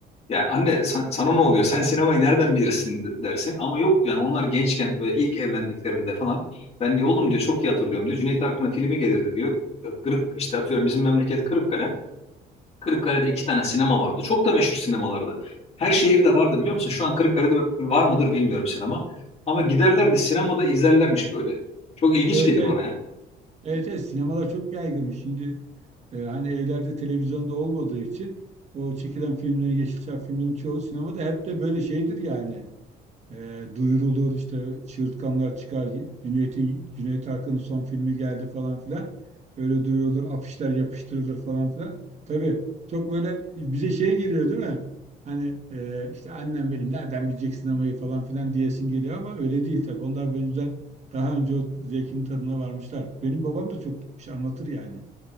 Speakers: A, on the left (about 35°); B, on the right (about 40°).
A: Ya anne sen- sana ne oluyor? Sen sinemayı nereden bilirsin de- dersin. Ama yok yani onlar gençken ve ilk evlendiklerinde falan. Ben diyor oğlum diyor çok iyi hatırlıyorum diyor. Cüneyt Arkın'ın filmi gelirdi diyor. Kırık işte atıyorum bizim memleket Kırıkkale. Kırıkkale'de iki tane sinema vardı. Çok da meşhur sinemalardı. Her şehirde vardı biliyor musun? Şu an Kırıkkale'de var mıdır bilmiyorum sinema. Ama giderler de sinemada izlerlermiş böyle. Çok ilginç
B: evet
A: gelir
B: evet
A: bana ya.
B: evet evet sinemalar çok yaygınmış. Şimdi e, hani evlerde televizyonda olmadığı için o çekilen filmlerin Yeşilçam filmlerin çoğu sinemada hep de böyle şeydir yani. E, duyurulur işte çığırtkanlar çıkar Cüneyt'in Cüneyt Arkın'ın son filmi geldi falan filan. Öyle duyurulur afişler yapıştırılır falan filan. Tabii çok böyle bize şey geliyor değil mi? Hani e, işte annem benim nereden bilecek sinemayı falan filan diyesin geliyor ama öyle değil tabii. Onlar böyle güzel daha önce o zevkin tadına varmışlar. Benim babam da çok şey anlatır yani.